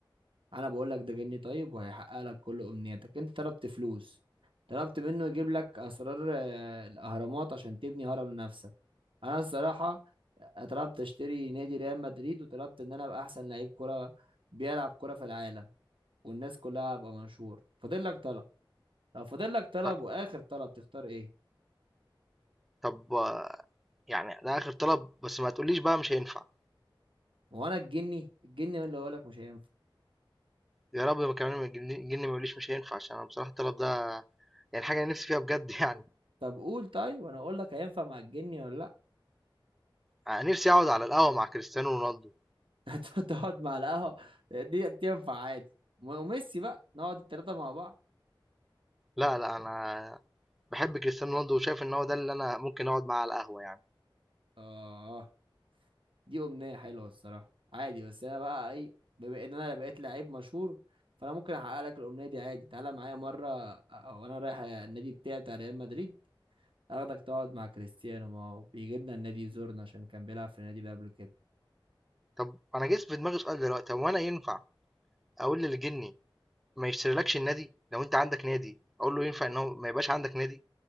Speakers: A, on the right (about 80°); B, in the centre.
A: انا بقول لك ده جني طيب وهيحقق لك كل امنياتك انت طلبت فلوس طلبت منه يجيب لك اسرار آه، الاهرامات عشان تبني هرم لنفسك انا الصراحه آه، طلبت اشتري نادي ريال مدريد وطلبت ان انا ابقى احسن لعيب كره بيلعب كره في العالم والناس كلها ابقى مشهور فاضل لك طلب لو فاضل لك طلب
B: ط
A: واخر طلب تختار ايه
B: طب آه، يعني ده آخر طلب بس ما تقوليش بقى مش هينفع،
A: هو انا الجني الجني هو اللي هقول لك مش هينفع
B: يا رب ما كمان الجن الجِن ما يقوليش مش هينفع عشان أنا بصراحة الطلب ده يعني حاجة أنا نفسي فيها بجد <laughs> يعني
A: طب قول طيب وانا اقول لك هينفع مع الجني ولا لا
B: أنا نفسي أقعد على القهوة مع كريستيانو رونالدو
A: <laughs> هتقعد مع القهوة دي دي ينفع عادي وميسي بقى نقعد التلاتة مع بعض
B: لا لا أنا بحب كريستيانو رونالدو وشايف إن هو ده اللي أنا ممكن أقعد معاه على القهوة يعني
A: اه دي أمنية حلوة الصراحة عادي بس أنا بقى إيه بما إن أنا بقيت لعيب مشهور فأنا ممكن أحقق لك الأمنية دي عادي تعالى معايا مرة أ- وأنا رايح النادي بتاعي بتاع ريال مدريد أخدك تقعد مع كريستيانو ما هو بيجي لنا النادي يزورنا عشان كان بيلعب في النادي ده قبل كده
B: طب أنا جه في دماغي سؤال دلوقتي هو أنا ينفع أقول للجني ما يشتريلكش النادي لو أنت عندك نادي أقول له ينفع إن هو ما يبقاش عندك نادي